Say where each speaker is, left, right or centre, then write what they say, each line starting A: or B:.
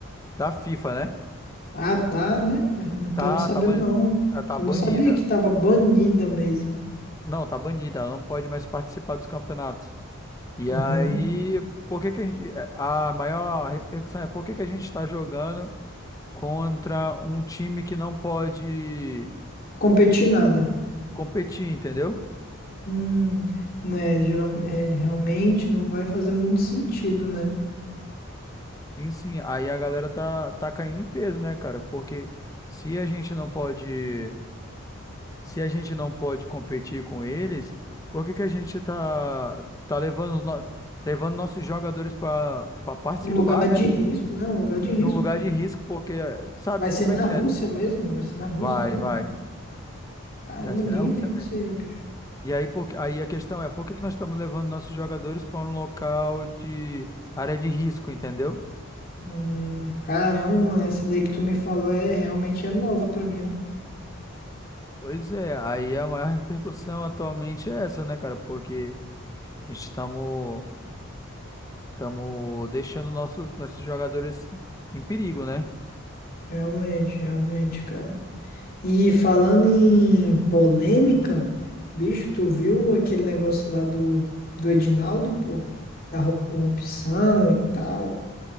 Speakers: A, on the left; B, on the left.
A: da FIFA, né?
B: Ah, tá, né? Eu não tava
A: Tá,
B: sabendo,
A: tá, ban,
B: não.
A: ela tá
B: Eu
A: banida.
B: não sabia que tava banida mesmo.
A: Não, tá banida, ela não pode mais participar dos campeonatos. E
B: Aham.
A: aí, por que que a gente, é, a maior repercussão é por que que a gente está jogando contra um time que não pode
B: Competir nada.
A: competir, entendeu?
B: Hum, né, geral, é, realmente não vai fazer muito sentido, né?
A: Sim, sim, aí a galera tá, tá caindo em peso, né, cara? Porque se a gente não pode, se a gente não pode competir com eles, por que que a gente tá, tá levando os no- levando nossos jogadores para para participar,
B: Um lugar
A: né?
B: de risco, né? Um lugar de risco,
A: Num lugar
B: pô.
A: de risco, porque sabe
B: Vai
A: como
B: ser na
A: é que
B: Rússia
A: é,
B: mesmo? Vai ser na Rússia
A: Vai,
B: mesmo?
A: vai.
B: Caramba,
A: Vai ser
B: eu nem
A: na Rússia
B: vi
A: mesmo.
B: isso aí, bicho.
A: E aí, por, que- aí a questão é, por que que nós estamos levando nossos jogadores para um local de área de risco, entendeu?
B: Hum, caramba, mano, essa daí que tu me falou é realmente é nova pra mim, ó.
A: Pois é, aí a maior repercussão atualmente é essa, né, cara? Porque a gente estamos estamos deixando nossos, nossos jogadores em perigo, né?
B: Realmente, realmente, cara. E falando em polêmica, bicho, tu viu aquele negócio lá do, do Edinaldo, pô? Da ro- corrupção e tal.